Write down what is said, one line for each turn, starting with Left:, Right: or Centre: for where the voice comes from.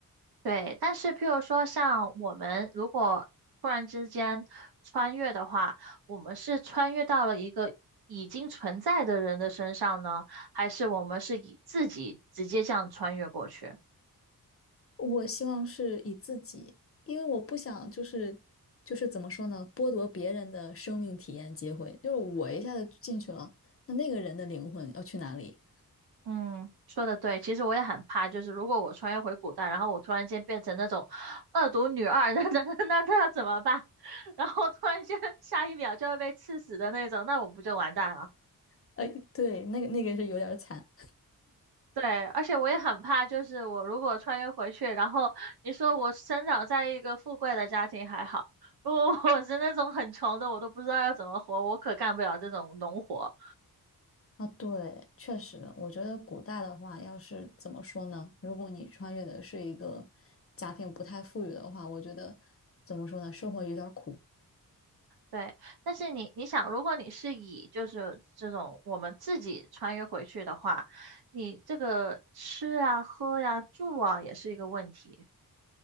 Right: 对，但是譬如说，像我们如果突然之间穿越的话，我们是穿越到了一个已经存在的人的身上呢，还是我们是以自己直接这样穿越过去？
Left: 我希望是以自己，因为我不想就是就是怎么说呢，剥夺别人的生命体验机会。就是我一下子进去了，那那个人的灵魂要去哪里？
Right: 嗯，说的对，其实我也很怕，就是如果我穿越回古代，然后我突然间变成那种恶毒女二，<laughs> 那那那那要怎么办？<laughs> 然后突然间下一秒就要被刺死的那种，那我不就完蛋了？
Left: <laughs> 哎，对，那个那个是有点惨。
Right: 对，而且我也很怕，就是我如果穿越回去，然后你说我生长在一个富贵的家庭还好，如果我是那种很穷的，我都不知道要怎么活，我可干不了这种农活。
Left: 啊，对，确实，我觉得古代的话，要是怎么说呢？如果你穿越的是一个家庭不太富裕的话，我觉得怎么说呢？生活有点儿苦，
Right: 对，但是你你想，如果你是以就是这种我们自己穿越回去的话，你这个吃啊、喝呀、住啊也是一个问题，